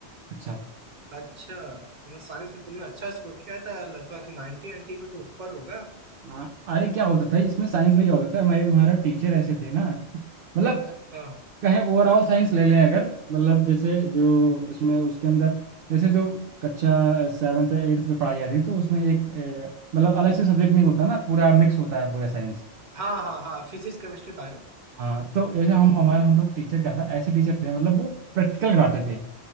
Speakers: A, on the right; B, on the right.
A: अच्छा
B: अच्छा मतलब साइंस में तुमने अच्छा स्कोर किया था लगभग 90 90 के तो ऊपर होगा
A: हाँ अरे क्या होता था इसमें साइंस में क्या होता था हमारे हमारे टीचर ऐसे थे ना मतलब
B: हाँ
A: कहें ओवरऑल साइंस ले लें अगर मतलब जैसे जो
B: हम्म।
A: उसमें उसके अंदर जैसे जो कक्षा सेवन्थ या एट्थ में पढ़ाई जाती है तो उसमें एक अ, मतलब अलग से सब्जेक्ट नहीं होता ना पूरा मिक्स होता है पूरा साइंस
B: हाँ हाँ हाँ फिजिक्स केमिस्ट्री बायो
A: हाँ तो ऐसे हम हमारा हम लोग टीचर क्या था ऐसे टीचर थे मतलब वो प्रैक्टिकल कराते थे